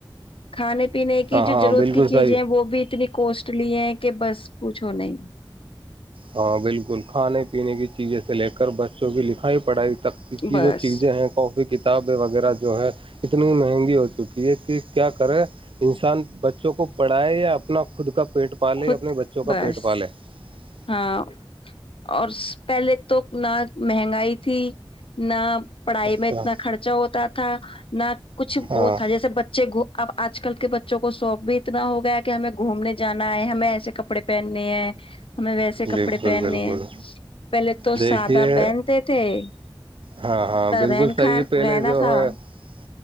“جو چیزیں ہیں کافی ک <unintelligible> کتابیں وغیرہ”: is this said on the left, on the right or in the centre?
Right